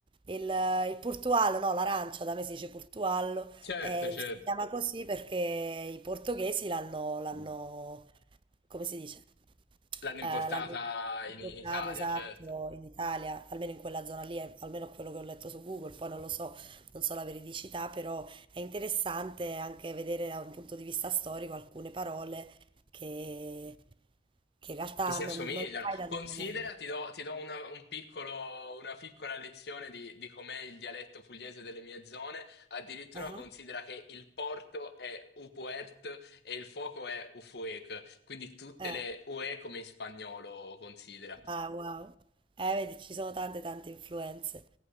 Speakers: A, on the right; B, on the left.
A: Il, il portuallo, no, l'arancia, da me si dice portuallo,
B: Certo,
A: eh,
B: certo.
A: si chiama così perché i portoghesi l'hanno, l'hanno, come si dice?
B: L'hanno
A: Eh,
B: importata
A: l'hanno importato,
B: in, in Italia,
A: esatto,
B: certo.
A: in Italia, almeno in quella zona lì, eh, almeno quello che ho letto su Google, poi non lo so, non so la veridicità, però è interessante anche vedere da un punto di vista storico alcune parole che, che in realtà
B: Che si
A: non,
B: assomigliano.
A: non sai da
B: Considera,
A: dove vengono.
B: ti do, ti do una, un piccolo- una piccola lezione di, di com'è il dialetto pugliese delle mie zone. Addirittura
A: Ah,
B: considera che il porto è upuert e il fuoco è ufuec. Quindi tutte
A: eh.
B: le ue come in spagnolo, considera.
A: Ah, wow. Eh, vedi, ci sono tante tante influenze.